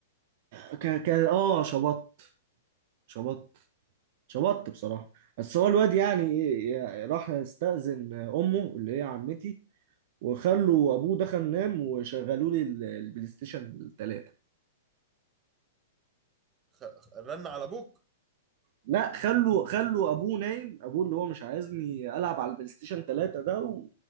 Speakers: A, on the right; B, on the right.
A: ك ك اه شبطت شبطت شبطت بصراحة بس هو الواد يعني إيه، يعني راح استأذن امه اللي هي عمتي وخلوا ابوه دخل نام وشغلوا لي ال- البلاي ستيشن 3
B: خ- خ- رن على ابوك
A: لا خلوا خلوا ابوه نايم ابوه اللي هو مش عايزني العب على البلاي ستيشن 3 ده و...